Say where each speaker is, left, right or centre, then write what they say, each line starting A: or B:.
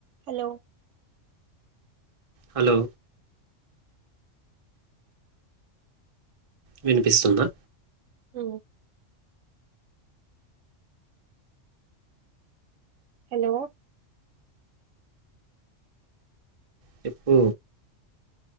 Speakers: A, on the right; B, on the right.
A: Hello
B: hello వినిపిస్తుందా
A: ఊ hello
B: చెప్పు